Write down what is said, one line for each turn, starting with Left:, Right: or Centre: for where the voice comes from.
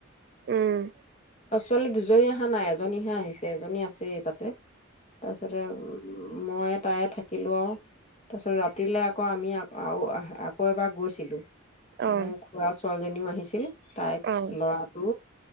Right: উম।
Left: অ' ছোৱালী দুজনী অহা নাই, এজনীহে আহিছে এজনী আহ আছে তাতে তাৰপিছতে উম, মই তাই থাকিলো আৰু তাৰপিছত ৰাতিলে আকৌ আমি <unintelligible> আকৌ এবাৰ গৈছিলোঁ।
Right: অ
Left: মোৰ খুৱা ছোৱালীজনীও আ হিছিল। তাইক,
Right: অ
Left: ল'ৰাটো